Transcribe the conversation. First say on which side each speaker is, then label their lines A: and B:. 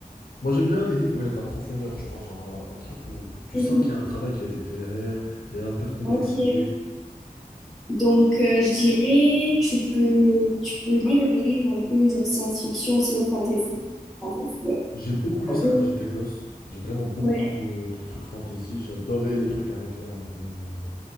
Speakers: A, on the left; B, in the centre.
A: Moi, j'aime bien les livres où il y a de la profondeur, tu vois, genre euh, un truc où tu
B: Mhm.
A: sens qu'il y a un travail qui a été fait derrière, il y a un peu de complexité.
B: Ok, donc euh, je dirais tu peux tu peux lire des livres un peu genre science-fiction, sinon fantasy. Fantasy, ouais.
A: J'ai beaucoup lu
B: Ok.
A: ça quand j'étais gosse. J'ai vraiment beaucoup
B: Ouais.
A: lu de, de trucs fantasy. J'adorais les trucs avec là, avec les, euh,